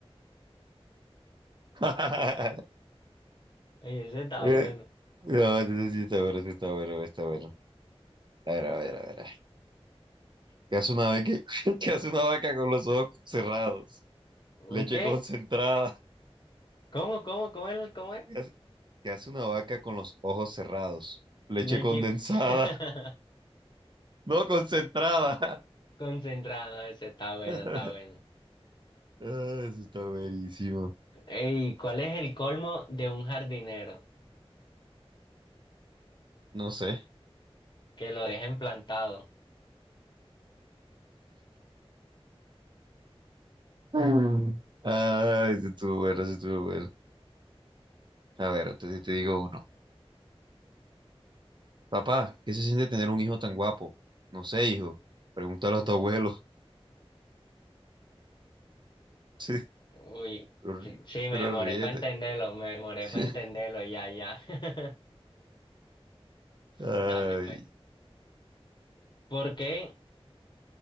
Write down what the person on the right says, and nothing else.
<laughs>
Eh,
no, ese sí está bueno, sí está bueno, está bueno. A ver, a ver, a ver. a ver. ¿Qué hace una vez que, <laughs> qué hace una vaca con los ojos cerrados? Leche
concentrada.
¿Qué hace, qué hace una vaca con los ojos cerrados? Leche
condensada.
No, concentrada.
<laughs>
Ah, Eso está buenísimo.
No sé.
Mm. Ah, eso estuvo bueno, eso estuvo bueno. A ver, entonces te digo uno. Papá, ¿qué se siente tener un hijo tan guapo? No sé, hijo. Pregúntalo a tu abuelo. <laughs> Sí,
pero,
pero
ríete.
<laughs>
Ay,